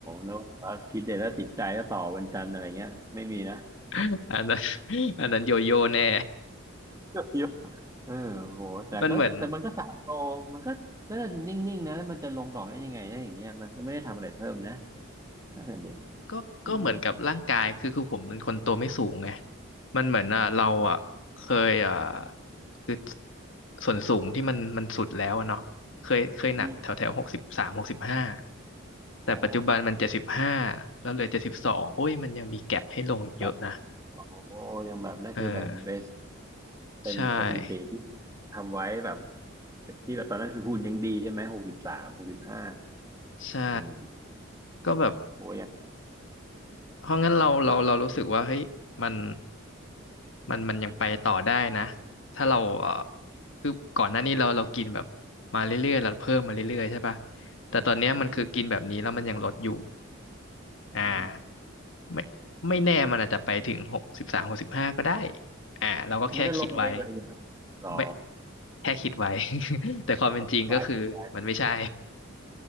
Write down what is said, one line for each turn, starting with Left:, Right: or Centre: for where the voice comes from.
Right: นึกว่าชีทเดย์แล้วติดใจแล้วต่อวันจันทร์อะไรเงี้ยไม่มีนะ
Left: <laughs> อันนั้น <laughs> อันนั้นโยโย่แน่
Right: <laughs> เยอะเออโหแต่ก็แต่มันก็สามโลมันก็น่าจะนิ่งๆนะแล้วมันจะลงต่อกได้ยังไงถ้าอย่างเงี้ยมันก็ไม่ได้ทำอะไรเพิ่มนะ
Left: <laughs> มันเหมือน
Right: นั่นแหละดิ
Left: ก็ก็เหมือนกับร่างกายคือคือผมเป็นคนตัวไม่สูงไง
Right: อืม
Left: มันเหมือนอ่ะเราอ่ะเคยอ่ะ
Right: มอง
Left: คือส่วนสูงที่มันมันสุดแล้วอะเนาะเคยเคยหนักแถวแถวหกสิบสามหกสิบห้า
Right: อืม
Left: แต่ปัจจุบันมันเจ็ดสิบห้าแล้วเหลือเจ็ดสิบสองโอ้ยมันยังมีแก็ปให้ลงอีกเยอะนะ
Right: อ๋อแบบโอ้ยังแบบนั่นคือแบบเบส
Left: เออ
Right: เป็นสถิติที่
Left: ใช่
Right: ทำไว้แบบที่แบบตอนนั้นคือหุ่นยังดีใช่ไหมหกสิบสามหกสิบห้า
Left: ใช่
Right: อืม
Left: ก็แบบ
Right: โอ้ยัง
Left: เพราะงั้นเราเราเรารู้สึกว่าเฮ้ยมัน
Right: มาก
Left: มันมันยังไปต่อได้นะถ้าเราเออคือก่อนหน้านี้เราเรากินแบบมาเรื่อยๆเราเพิ่มมาเรื่อยๆใช่ปะแต่ตอนเนี้ยมันคือกินแบบนี้แล้วมันยังลดอยู่
Right: อืม
Left: อ่า
Right: อืม
Left: ไม่ไม่แน่มันอาจจะไปถึงหกสิบสามหกสิบห้าก็ได้อ่าเราก็แค่คิดไว้
Right: มันจะลงมันเองเลยเหรอหรอ
Left: ไม่แค่คิดไว้ <laughs> แต่ความเป็นจริงก็คือมันไม่ใช่
Right: คธิบายคธิดไาย